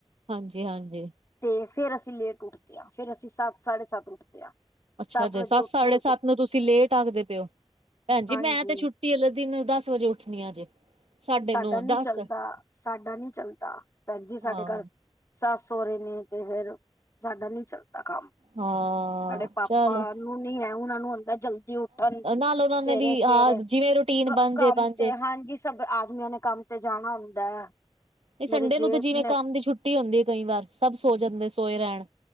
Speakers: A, on the right (about 70°); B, on the left (about 30°).
A: ਹਾਂਜੀ- ਹਾਂਜੀ
B: ਤੇ ਫੇਰ ਅਸੀਂ ਲੇਟ ਉੱਠਦੇ ਹਾਂ ਫੇਰ ਅਸੀਂ ਸੱਤ ਸਾਢੇ ਸੱਤ ਉੱਠਦੇ ਹਾਂ
A: ਅੱਛਾ ਜੇ
B: ਵਜੇ
A: ਸੱਤ
B: ਉੱਠੇ
A: ਸਾਢੇ ਸੱਤ
B: ਤੇ
A: ਨੂੰ ਤੁਸੀਂ ਲੇਟ ਆਖਦੇ ਪਓ ਭੈਣ ਜੀ
B: ਹਾਂਜੀ
A: ਮੈਂ ਤੇ ਛੁੱ ਟੀ ਵਾਲੇ ਦਿਨ ਦਸ ਵਜੇ ਉੱਠਣੀ ਜੇ ਸਾਢੇ
B: ਸਾਡਾ
A: ਨੌ
B: ਨੀ
A: ਦਸ
B: ਚੱਲਦਾ, ਸਾਡਾ ਨੀ ਚੱਲਦਾ ਭੈਣ ਜੀ ਸਾਡੇ
A: ਹਾਂ
B: ਘਰ ਸੱਸ ਸਹੁਰੇ ਨੇ ਤੇ ਫੇਰ ਸਾਡਾ ਨਈ ਚੱਲਦਾ ਕੰਮ
A: ਹਾਂ
B: ਸਾਡੇ ਪਾਪਾ
A: ਚਲੋ
B: ਨੂੰ ਨੀ ਹੈ ਉਹਨਾਂ ਨੂੰ ਹੁੰਦਾ ਜਲਦੀ ਉੱਠਣ,
A: ਨਾਲ ਉਹਨਾਂ
B: ਸਵੇਰੇ-ਸਵੇਰੇ
A: ਨੇ ਵੀ ਹਾਂ ਜਿਵੇਂ ਰੂਟੀਨ ਬਣ
B: ਕੰਮ
A: ਜੇ ਬਣ
B: ਤੇ
A: ਜੇ
B: ਹਾਂਜੀ। ਸਭ ਆਦਮੀਆਂ ਨੇ, ਕੰਮ ਤੇ ਜਾਣਾ ਹੁੰਦਾ ਹੈ।
A: ਏ ਸੰਡੇ
B: ਮੇਰੇ
A: ਨੂੰ
B: ਜੇਠ
A: ਤੇ, ਜਿਵੇਂ
B: ਨੇ
A: ਕੰਮ ਦੀ ਛੁੱਟੀ ਹੁੰਦੀ ਹੈ, ਕਈ ਵਾਰ ਸਭ ਸੋ ਜਾਂਦੇ, ਸੋਏ ਰਹਿਣ।